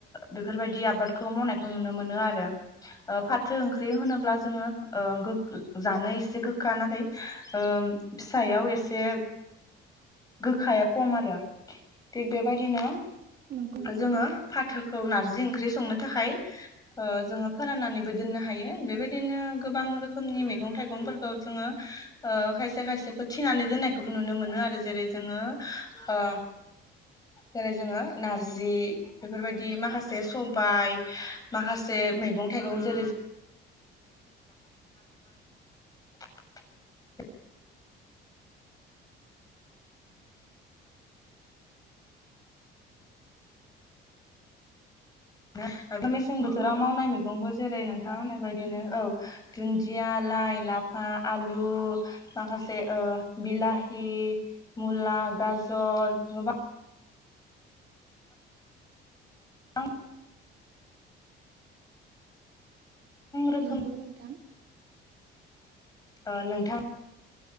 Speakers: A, on the left (about 20°); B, on the right (about 55°).
A: बेफोरबायदि आबादखौ मावनायखौ नुनो मोनो आरो ओ फाथो ओंख्रि होनोब्ला जोङो ओ गो जानो एसे गोखा नाथाय ओ फिसायाव एसे गोखाया खम आरो थिग बेबायदिनो
B: नंगौ नोंथां
A: जोङो फाथोखौ नारजि ओं ओंख्रि संनो थाखाय ओ जोङो फोराननानैबो दोननो हायो बेबायदिनो गोबां रोखोमनि मैगं थाइगंफोरखौ जोङो ओ खायसे खायसेखौ थिनानै दोननायखौबो नुनो मोनो आरो जेरै जोङो ओ जेरै जोङो नारजि बेफोरबायदि माखासे सबाय माखासे मैगं थाइगं जेरै <unintelligible> <inaudible> मेसें बोथोराव
B: नंगौ नोंथां
A: मावनाय मैगंखौ जेरै नोंथांङा होननाय बायदिनो औ दुन्दिया लाइ लाफा आलु माखासे ओ बिलाहि मुला गाजर गोबां आं रोखोम
B: नंगौ नोंथां
A: ओ नोंथां